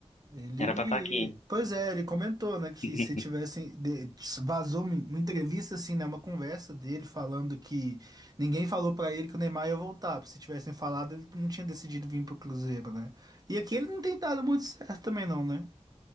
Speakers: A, on the right; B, on the left.
A: Ele,
B: Era pra estar aqui.
A: pois é, ele comentou, né, que
B: <laughs>
A: se tivessem, de- vazou uma uma entrevista, assim, né, uma conversa dele falando que ninguém falou pra ele que o Neymar ia voltar, porque se tivessem falado, ele não tinha decidido vir pro Cruzeiro, né? E aqui ele não tem dado muito certo também, não, né?